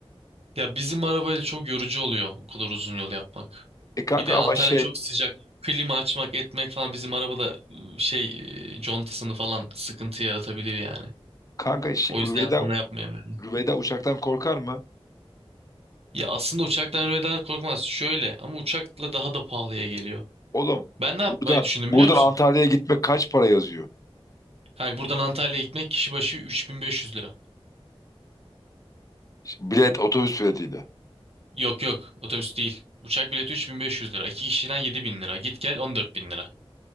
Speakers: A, on the right; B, on the left.
A: Ya bizim arabayla çok yorucu oluyor o kadar uzun yol yapmak.
B: E kanka
A: Bir de
B: ama
A: Antalya
B: şey
A: çok sıcak. Klima açmak etmek falan bizim arabada ıı, şey ıı, contasını falan sıkıntı yaratabilir yani.
B: Kanka şey,
A: O yüzden
B: Rüveyda,
A: onu yapmayayım dedim.
B: Rüveyda uçaktan korkar mı?
A: Ya aslında uçaktan ölmeden korkmaz. Şöyle ama uçakla daha da pahalıya geliyor.
B: Oğlum
A: Ben ne yapmayı
B: buradan
A: düşündüm
B: buradan
A: biliyor musun?
B: Antalya'ya gitmek kaç para yazıyor?
A: Kanka buradan Antalya'ya gitmek kişi başı 3500 lira.
B: Şimdi Bilet otobüs biletiydi.
A: Yok yok otobüs değil. Uçak bileti 3500 lira. İki kişiden 7000 lira. Git gel 14000 lira.